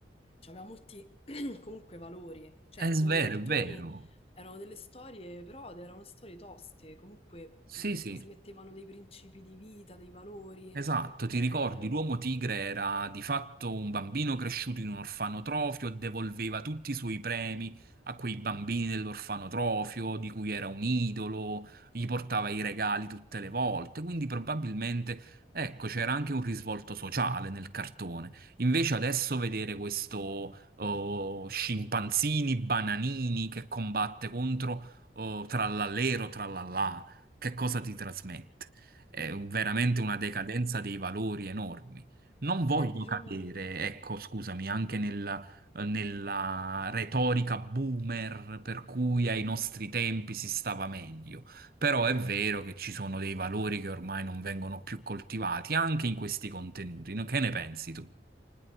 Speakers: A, on the left; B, on the right.
A: Cioè, aveva molti, <clears throat> comunque, valori. Cioè,
B: È
A: ecco,
B: vero,
A: quei cartoni
B: è vero.
A: erano delle storie, però erano storie toste, comunque,
B: Sì,
A: che
B: sì.
A: trasmettevano dei principi di vita, dei valori.
B: Esatto, ti
A: Ehm,
B: ricordi, l'uomo tigre era di fatto un bambino cresciuto in un orfanotrofio e devolveva tutti i suoi premi a quei bambini dell'orfanotrofio di cui era un idolo, gli portava i regali tutte le volte, quindi probabilmente, ecco, c'era anche un risvolto sociale nel cartone. Invece adesso vedere questo oh, scimpanzini, bananini che combatte contro oh, trallallero, trallallà, che cosa ti trasmette? è un- veramente una decadenza dei valori enormi. Non voglio
A: Beh, diciamo...
B: cadere, ecco, scusami, anche nella, nella retorica boomer per cui ai nostri tempi si stava meglio, però è vero che ci sono dei valori che ormai non vengono più coltivati anche in questi contenuti. no? Che ne pensi tu?